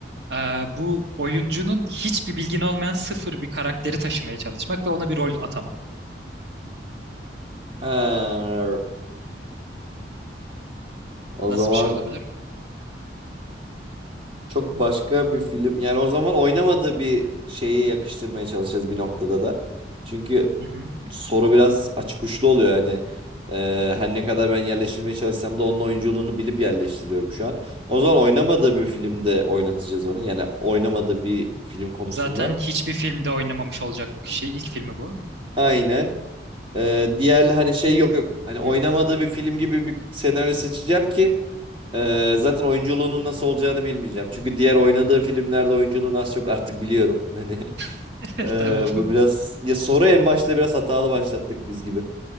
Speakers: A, on the right; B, on the right.
A: Ee, bu oyuncunun hiçbir bilgin olmayan sıfır bir karakteri taşımaya çalışmak ve ona bir rol atamak.
B: Ha. O
A: Nasıl
B: zaman
A: bir şey olabilir?
B: çok başka bir film yani o zaman oynamadığı bir şeye yakıştırmaya çalışacağız bir noktada da. Çünkü
A: Hı hı.
B: soru biraz açık uçlu oluyor yani. Ee, her ne kadar ben yerleştirmeye çalışsam da onun oyunculuğunu bilip yerleştiriyorum şu an. O zaman oynamadığı bir filmde oynatacağız onu. Yani oynamadığı bir film konusunda.
A: Zaten hiçbir filmde oynamamış olacak bu kişi. İlk filmi bu.
B: Aynen. Ee, diğer hani şey yok yok. Hani oynamadığı
A: Hı hı.
B: bir film gibi bir senaryo seçeceğim ki e, zaten oyunculuğunun nasıl olacağını bilmeyeceğim. Çünkü diğer oynadığı filmlerde oyunculuğunu az çok artık biliyorum. <laughs> Hani
A: <laughs>
B: e,
A: Tamam.
B: bu biraz ya soru en başta biraz hatalı başlattık biz gibi.